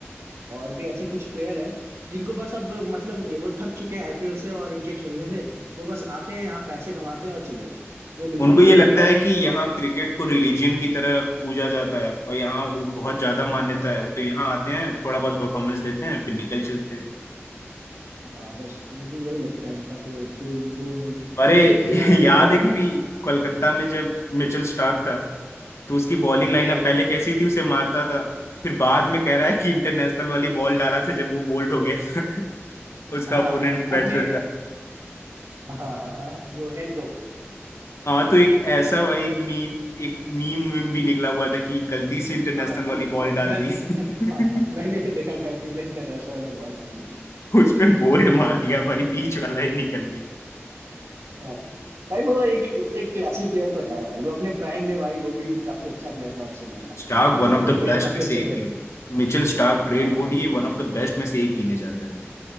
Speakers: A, on the right (about 75°); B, on the left (about 80°).
A: और भी ऐसे कुछ प्लेयर हैं जिनको बस अब मतलब नहीं है वो थक चुके हैं आईपीएल से और इनके खेलने से वो बस आते हैं यहाँ पैसे कमाते हैं और चले जाते हैं मुझे बिल्कुल
B: उनको
A: यही
B: ये लगता
A: लगता
B: है
A: है
B: कि यहाँ क्रिकेट को रिलीजन की तरह पूजा जाता है और यहाँ वो बहुत ज्यादा मान्यता
A: हाँ
B: है तो यहाँ आते हैं थोड़ा बहुत परफॉर्मेंस देते हैं फिर निकल चलते हैं
A: हाँ बस मुझे यही लगता है इनका कोई कोई वो नहीं है
B: अरे
A: लेकिन हाँ,
B: <laughs>
A: ये
B: याद
A: तो है
B: है कि नहीं कोलकाता में जब मिचेल स्टार्क था तो उसकी बॉलिंग
A: अरे
B: लाइनअप
A: भाई
B: पहले कैसी थी उसे मारता था फिर बाद में कह रहा है कि इंटरनेशनल वाली बॉल डाला था जब वो बोल्ड हो गया था <laughs> उसका
A: <laughs> हाँ
B: अपोनेंट बैट्समैन
A: अपने
B: था
A: हाँ हाँ हाँ, वो हेड को
B: हाँ तो एक ऐसा भाई मीम एक मीम मीम भी निकला हुआ था कि गलती से इंटरनेशनल
A: हाँ कि
B: वाली बॉल डाल
A: गलती
B: दी
A: से
B: <laughs>
A: हाँ मैंने भी देखा गलती से इंटरनेशनल वाली बॉल डाल दी
B: उस पे बोल्ड मार दिया भाई बीच वाला ही निकल गया
A: हाँ भाई वो एक एक क्लासी प्लेयर तो है भाई वो अपने प्राइम में भाई वो भी काफी अच्छा प्लेयर था ऑस्ट्रेलिया का
B: Starc one of
A: कंपेयर
B: the best
A: काफी
B: में से
A: अच्छा
B: एक
A: किया
B: गिने
A: था।
B: मिचेल स्टार्क ट्रेंट
A: हाँ
B: बोलिए वन ऑफ द बेस्ट में से एक गिने जाते हैं